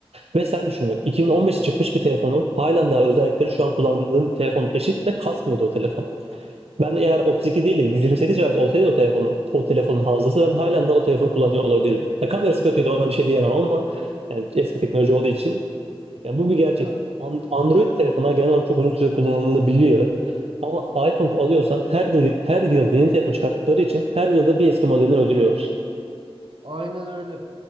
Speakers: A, on the right; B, on the right.
A: Ve sen düşün bak 2015'te çıkmış bir telefonun halen daha özellikleri şu an kullandığım telefon eşit ve kasmıyordu o telefon. Ben eğer 32 değil de 128 GB olsaydı o telefonun, o telefonun hafızası ben halen daha o telefonu kullanıyor olabilirdim. Ya kamerası kötüydü ona bir şey diyemem ama yani eski teknoloji olduğu için yani bu bir gerçek.
B: Ya
A: An- Android telefonlar genel olarak çok uzun süre kullanılabiliyor. Ama iPhone alıyorsan her yıl her yıl yeni telefon çıkarttıkları için her yılda bir eski modelini öldürüyorlar.
B: aynen öyle.